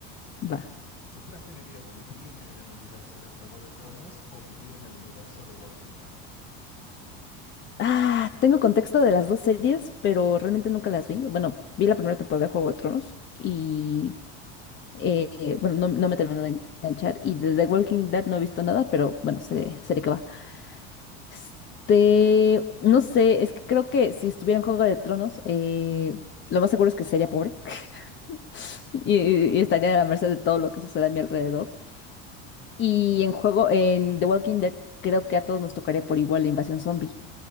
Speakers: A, on the left; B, on the left.
A: va.
B: ¿Tú preferirías vivir en el universo de Juego de Tronos o vivir en el universo de Walking Dead?
A: Ah, tengo contexto de las dos series, pero realmente nunca las vi. Bueno, vi la primera temporada de Juego de Tronos y, eh, bueno, no, no me terminó de enganchar. Y de The Walking Dead no he visto nada, pero bueno, sé, sé de qué va. Este, no sé, es que creo que si estuviera en Juego de Tronos, eh, lo más seguro es que sería pobre <laughs> y, y estaría a la merced de todo lo que suceda a mi alrededor. Y en juego, en The Walking Dead, creo que a todos nos tocaría por igual la invasión zombie.